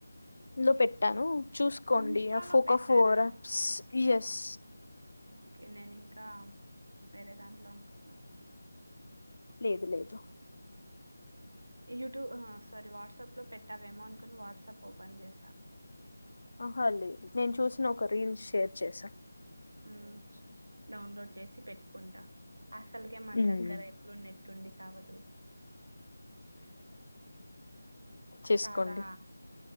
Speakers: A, on the left; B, on the right.
A: లో పెట్టాను చూసుకోండి
B: ఇన్స్టాలో
A: ఆ ఫోకో
B: పెట్టారా
A: four apps
B: okay okay
A: yes
B: okay నేను ఇంకా వేరే దాంట్లో అనుకున్నా.
A: లేదు లేదు
B: యూట్యూబ్ ఆ స్వారీ వాట్సాప్ లో పెట్టావేమో అనుకుని వాట్సాప్ ఓపెన్ చేసా.
A: ఆహ లేదు నేను చూసిన ఒక రీల్స్ షేర్ చేసా
B: హ్మ్ డౌన్లోడ్ చేసి పెట్టుకుంటా. అసలుకే మన
A: మ్మ్.
B: దగ్గర ఎప్పుడు నెట్టుండి టావదు
A: చేసుకోండి
B: చాలా